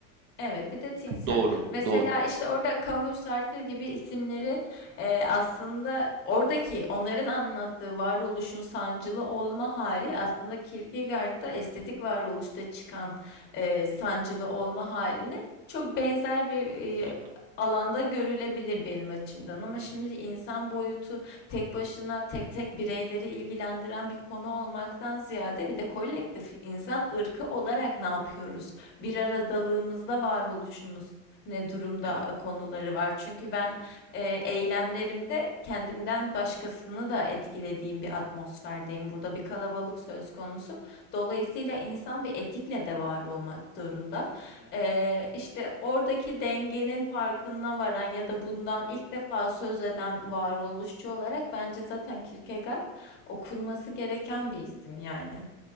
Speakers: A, on the left; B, on the right.
A: Evet, bir de tinsel.
B: Doğru,
A: Mesela
B: doğru.
A: işte orada Camus, Sartre gibi isimleri e, aslında oradaki onların anlattığı varoluşun sancılı olma hali aslında Kierkegaard'da estetik varoluşta çıkan e, sancılı olma haline çok benzer bir e,
B: Hı hı,
A: alanda görülebilir benim açımdan. Ama
B: hı
A: şimdi
B: hı.
A: insan boyutu tek başına tek tek bireyleri ilgilendiren bir konu olmaktan ziyade bir de kolektif insan ırkı olarak ne yapıyoruz? bir aradalığımızda varoluşumuz ne durumda
B: Evet,
A: e, konuları
B: evet.
A: var. Çünkü ben
B: evet.
A: e, eylemlerimde kendimden başkasını da etkilediğim bir atmosferdeyim. Burada bir kalabalık söz konusu. Dolayısıyla insan bir etikle de var olmak zorunda.
B: Kesinlikle.
A: Eee işte oradaki dengenin farkına varan ya da bundan ilk defa söz eden varoluşçu olarak bence zaten Kierkegaard okunması gereken bir isim yani.